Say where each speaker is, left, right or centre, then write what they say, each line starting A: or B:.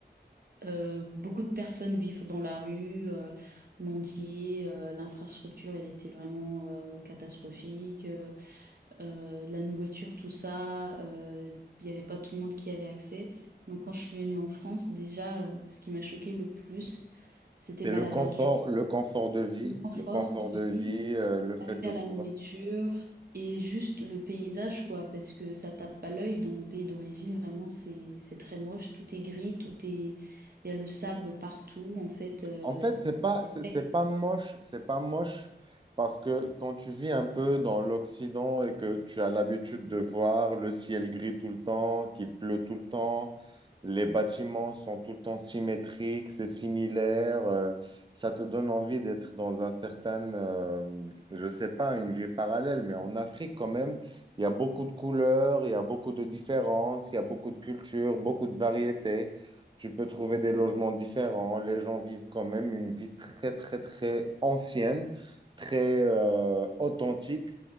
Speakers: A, on the right (about 60°); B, on the right (about 25°).
A: euh, beaucoup de personnes vivre dans la rue, euh, mendier, euh, l'infrastructure, elle était vraiment euh, catastrophique. euh, euh, de la nourriture, tout ça. euh, Il n'y avait pas tout le monde qui avait accès. Donc quand je suis venue en France, déjà, euh, ce qui m'a choqué le plus, c'était
B: C'est
A: bah,
B: le
A: la
B: confort,
A: verdure,
B: le confort de vie,
A: le confort
B: le confort
A: de
B: de vie,
A: vie,
B: euh, le fait
A: accès
B: de
A: à
B: pouvoir.
A: la nourriture et juste le paysage, quoi, parce que ça tape à l'œil dans mon pays d'origine, vraiment, c'est, c'est très moche, tout est gris, tout est... Il y a le sable partout, en fait. euh,
B: En fait, c'est
A: il-
B: pas,
A: c'est
B: c'est c'est
A: sec.
B: pas moche, c'est pas moche parce que quand tu vis un peu dans l'Occident et que tu as l'habitude de voir le ciel gris tout le temps, qu'il pleut tout le temps, les bâtiments sont tout le temps symétriques, c'est similaire, euh, ça te donne envie d'être dans un certain, euh, je sais pas, une vie parallèle, mais en Afrique quand même, il y a beaucoup de couleurs, il y a beaucoup de différences, il y a beaucoup de cultures, beaucoup de variétés. Tu peux trouver des logements différents. Les gens vivent quand même une vie très, très, très ancienne, très euh, authentique,